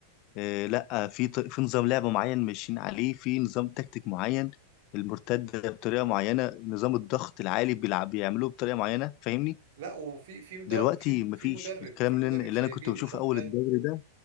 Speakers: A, on the left; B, on the right.
A: آه لا في ط... في نظام لعب معين ماشيين عليه في نظام تكتيك معين المرتده بطريقه معينه نظام الضغط العالي بيلعب بيعملوه بطريقه معينه فاهمني
B: لا وفي في مدرب
A: دلوقتي
B: في
A: مفيش
B: في مدرب
A: الكلام
B: في مدرب
A: اللي انا اللي
B: سايبينه
A: أنا كنت بشوفه
B: شغال
A: اول الدوري ده